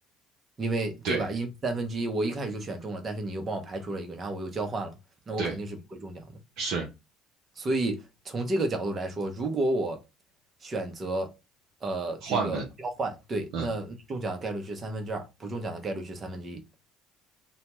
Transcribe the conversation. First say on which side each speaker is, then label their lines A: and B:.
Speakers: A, on the right; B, on the right.
A: 因为对吧？
B: 对，
A: 因为三分之一我一开始就选中了，但是你又帮我排除了一个，然后我又交换了，那我肯定是不会中奖的。
B: 对，是
A: 所以从这个角度来说，如果我选择呃这个交换，
B: 换门，
A: 对，
B: 嗯，
A: 那那中奖的概率是三分之二，不中奖的概率是三分之一，